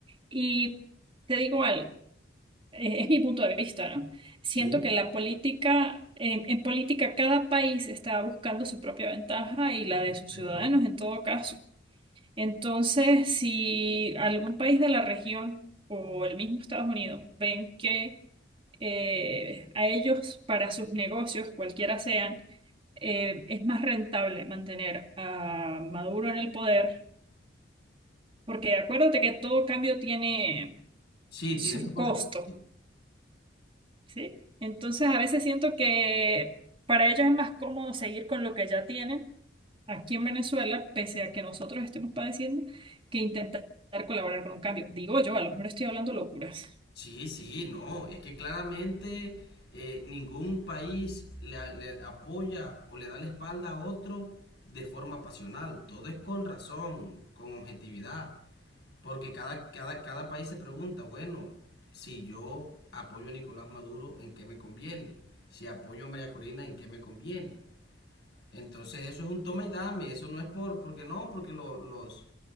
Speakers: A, on the right; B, on the left.
A: Y te digo algo, eh, es mi punto de vista, ¿no? Siento
B: sí,
A: que la política, en, en política cada país está buscando su propia ventaja y la de sus
B: correcto.
A: ciudadanos en todo caso. Entonces, si algún país de la región o el mismo Estados Unidos ven que eh, a ellos, para sus negocios, cualquiera sean, eh, es más rentable mantener a Maduro en el poder, porque acuérdate que todo cambio tiene
B: Sí,
A: su
B: tiene su consecuencia.
A: costo, ¿sí? Entonces, a veces siento que para ellos es más cómodo seguir con lo que ya tienen aquí en Venezuela, pese a que nosotros estemos padeciendo, que intentar colaborar con un cambio. Digo yo, a lo mejor estoy hablando locuras.
B: Sí, sí, no, es que claramente eh, ningún país le, a- le apoya o le da la espalda a otro de forma pasional, todo es con razón, con objetividad, porque cada, cada, cada país se pregunta, bueno, si yo apoyo a Nicolás Maduro, ¿en qué me conviene? Si apoyo a María Corina, ¿en qué me conviene? Entonces eso es un toma y dame, eso no es por, porque no, porque lo- los,